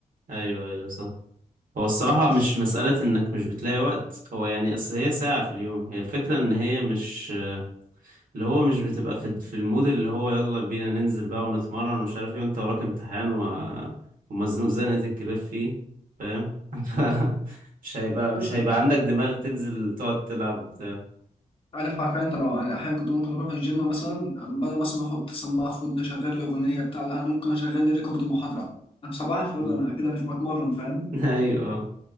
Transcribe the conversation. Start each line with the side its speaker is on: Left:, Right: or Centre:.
Right: ايوه ايوه صح هو الصراحه
Left: بس
Right: مش مساله انك مش بتلاقي وقت هو يعني اصل هي ساعه في اليوم هي الفكره ان هي مش اللي هو مش بتبقى في في المود اللي هو يلا بينا ننزل بقى ونتمرن ومش عارف ايه وانت وراك امتحان و... ومزنوق زنقة الكلاب فيه فاهم <laughs> ف- مش هيبقى مش
Left: حسن
Right: هيبقى عندك دماغ تنزل تقعد تلعب وبتاع
Left: عارف حرفيا انت لو انا احيانا كنت ممكن اروح الجيم مثلا بدل مثلا احط سماعه في ودني اشغل لي اغنيه بتاع لا، انا ممكن اشغل لي ريكورد محاضره انا صباح الفل
Right: مم.
Left: انا كده مش بتمرن فاهم
Right: <laughs> ايوه